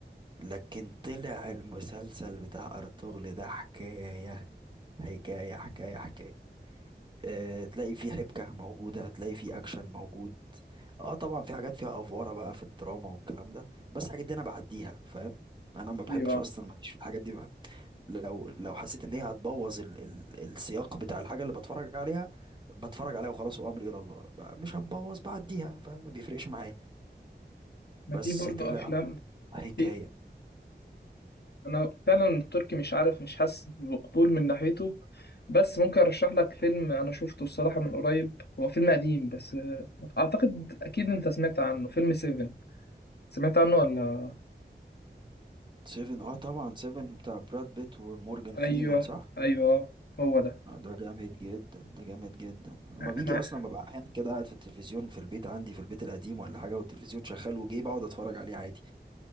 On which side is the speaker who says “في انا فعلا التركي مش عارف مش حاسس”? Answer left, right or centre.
Left